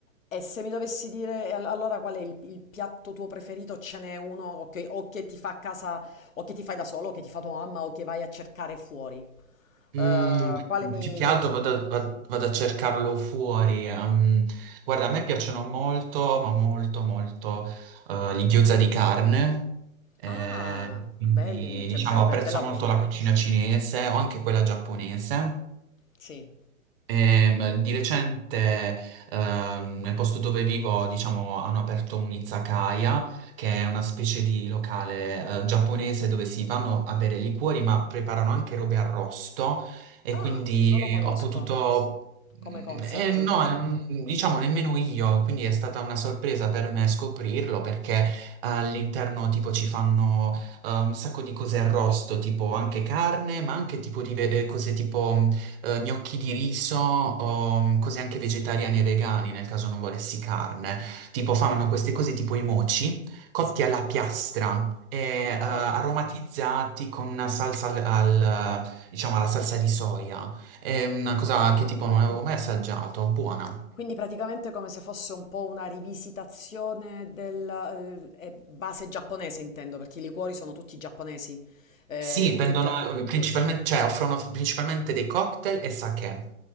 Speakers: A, on the left; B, on the right.
A: E se mi dovessi dire all- allora qual è il, il piatto tuo preferito, ce n'è uno o che, o che ti fa a casa, o che ti fai da solo, o che ti fa tua mamma, o che vai a cercare fuori? Eh,
B: Mm,
A: quale mi
B: più che
A: identifica?
B: altro vado, a vado a cercarlo fuori. ehm. guarda, a me piacciono molto, ma molto, molto eh, gli gyoza di carne. eh,
A: Ah,
B: quindi,
A: belli, cioè,
B: diciamo,
A: be- be-
B: apprezzo
A: bella
B: molto
A: cucina.
B: la cucina cinese o anche quella giapponese.
A: Sì.
B: Ehm, di recente, ehm, nel posto dove vivo, diciamo, hanno aperto un'izakaya, che è una specie di locale, eh, giapponese dove si vanno a bere liquori, ma preparano anche robe arrosto. E
A: Ah,
B: quindi
A: non lo conosco
B: ho potuto.
A: come
B: mm,
A: concept.
B: eh, no, eh, mm, diciamo nemmeno io, quindi è stata una sorpresa per me scoprirlo perché all'interno tipo ci fanno eh, un sacco di cose arrosto, tipo anche carne, ma anche tipo di ve- eh, cose tipo mm, eh, gnocchi di riso o mm, cose anche vegetariane e vegani nel caso non volessi carne. Tipo fanno queste cose tipo i moci, cotti
A: Sì.
B: alla piastra e eh,
A: Ah,
B: aromatizzati
A: wow,
B: con una salsa al, al, diciamo alla salsa di soia. È una cosa
A: buono.
B: che tipo non avevo mai assaggiato, buona.
A: Quindi praticamente come se fosse un po' una rivisitazione del eh, eh, base giapponese, intendo, perché i liquori sono tutti giapponesi. Eh,
B: Sì, vendono
A: tutto.
B: eh, principalmente, cioè offrono principalmente dei cocktail e sake.